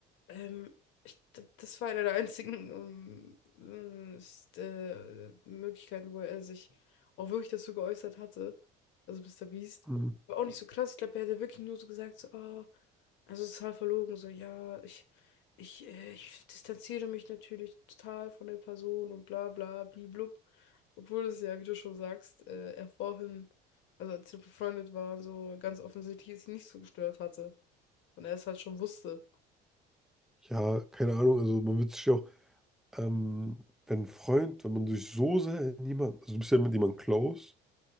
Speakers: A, on the left (about 75°); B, in the centre.
A: Ähm, ich, d- das war eine der einzigen ähm, äh, st- äh, Möglichkeiten, wo er sich auch wirklich dazu geäußert hatte. Also Mr. Beast.
B: Mhm.
A: War auch nicht so krass. Ich glaube, er hat ja wirklich nur so gesagt, so, ah, also total verlogen, so, ja, ich, ich, äh, ich distanziere mich natürlich total von der Person und bla bla bliblub. Obwohl es ja, wie du schon sagst, äh, er vorhin, also als sie befreundet waren, so ganz offensichtlich es ihn nicht so gestört hatte. Und er es halt schon wusste.
B: Ja, keine Ahnung, also man wird sich ja auch, ähm, wenn ein Freund, wenn man sich so sehr in jemanden, also du bist ja mit jemandem close